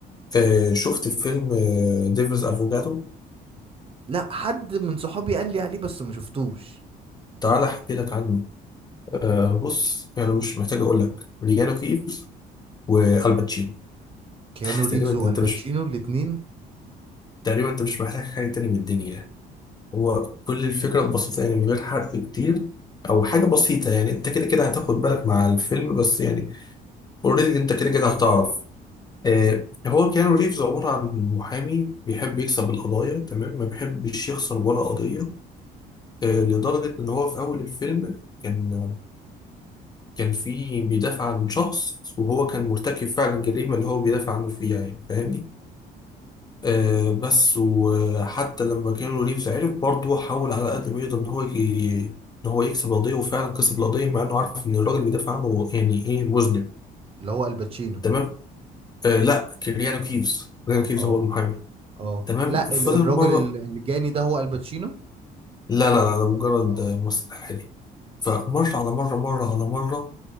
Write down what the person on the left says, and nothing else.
آه شفت فيلم آه ديفيز افوكاتو
تعال احكي لك عنه آه، بص يعني مش محتاج اقول لك ليجانو كيفز والباتشينو
<laughs>
تقريبا
انت مش
تقريبا انت مش محتاج حاجه تاني من الدنيا يعني هو كل الفكره ببساطه يعني من غير حرق كتير او حاجه بسيطه يعني انت كده كده هتاخد بالك مع الفيلم بس يعني اوريدي انت كده كده هتعرف آه هو كيانو ريفز عباره عن محامي بيحب يكسب القضايا تمام ما بيحبش يخسر ولا قضيه آه لدرجه ان هو في اول الفيلم كان كان في بيدافع عن شخص وهو كان مرتكب فعلا جريمة اللي هو بيدافع عنه فيها يعني فاهمني آه بس وحتى لما كانوا ريفز عرف برضه حاول على قد ما يقدر ان هو ي... ان هو يكسب القضية وفعلا كسب القضية مع انه عارف ان الراجل بيدافع عنه يعني ايه مذنب
تمام آه لا كيليانو كيفز كيليانو كيفز
هو المحامي
تمام
فضل
مرة
لا لا لا ده مجرد
آه، ممثل حالي فمرة على مرة مرة على مرة